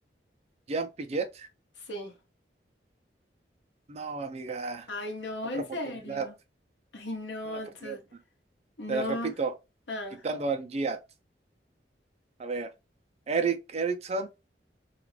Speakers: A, on the right; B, on the left.
A: Jean Piaget.
B: sí.
A: No, amiga.
B: Ay, no,
A: Otra
B: en
A: oportunidad.
B: serio. Ay, no,
A: Una oportunidad.
B: entonces,
A: más.
B: no.
A: Te las repito,
B: Ah.
A: quitando al Giat. A ver. Eric Erickson.